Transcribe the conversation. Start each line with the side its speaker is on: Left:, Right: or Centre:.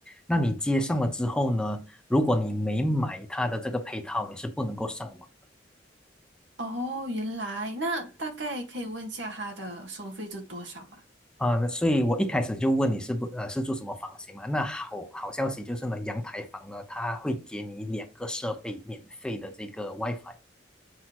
Centre: 那你接上了之后呢，如果你没买它的这个配套，你是不能够上网的。
Right: 哦，原来那大概可以问一下他的收费是多少吗？
Centre: 啊、所以我一开始就问你是不呃是住什么房型嘛？那好好消息就是呢，阳台房呢，它会给你两个设备免费的这个 WiFi。